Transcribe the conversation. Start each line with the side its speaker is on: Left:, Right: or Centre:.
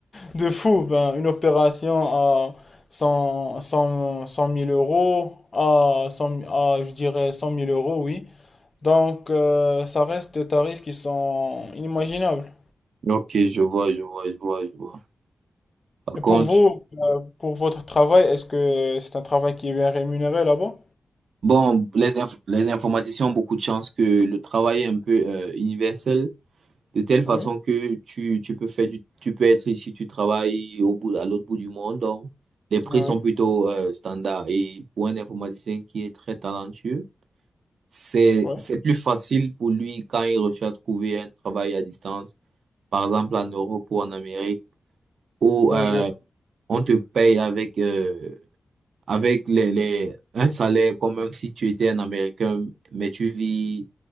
Left: de fou, ben, une opération à cent cent cent mille euros, à, cent à, je dirais cent mille euros, oui. Donc, euh, ça reste des tarifs qui sont inimaginables.
Right: Ok, je vois, je vois, je vois, je vois. Par
Left: Et
Right: contre,
Left: pour vous, euh, pour votre travail, est-ce que c'est un travail qui est bien rémunéré là-bas?
Right: bon, les, inf- les informaticiens ont beaucoup de chance que le travail est un peu euh, universel. de telle façon
Left: Oui,
Right: que tu, tu peux faire du, tu peux être ici, tu travailles au bout, à l'autre bout du monde. Donc, les prix
Left: ah
Right: sont
Left: oui,
Right: plutôt euh, standards. Et pour un informaticien qui est très talentueux, c'est,
Left: ouais,
Right: c'est plus facile pour lui quand il recherche à trouver un travail à distance, par exemple en Europe ou en Amérique, où
Left: ouais,
Right: euh,
Left: je...
Right: on te paye avec, euh, avec les, les, un salaire comme si tu étais un Américain, mais tu vis